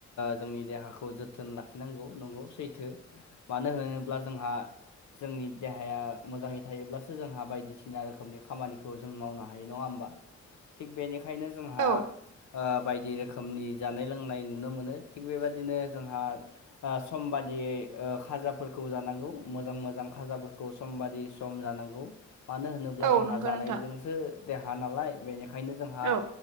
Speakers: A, on the left; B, on the right.
A: जोंनि देहाखौ जोथोन लाखिनांगौ नंगौ सैथो मानो होनोब्ला जोंहा जोंनि देहाया मोजांङै थायोब्लासो जोंहा बायदिसिना रोखोमनि खामानिखौ जों मावनो हायो नंङा होमबा थिग बेनिखाय बेखायनो जोंहा
B: औ
A: बायदि रोखोमनि जानाय लोंनाय नुनो मोनो थिग बेबदिनो जोंहा सम बादि यै खाजाफोरखौ जानांगौ मोजां मोजां खाजाफोरखौ सम बादि सम जानांगौ मानो होनोब्ला
B: औ
A: जोंहा
B: नंगौ
A: जानायजोंसो
B: नोंथां
A: देहा नालाय बेनि ओंखायनो जोंहा
B: औ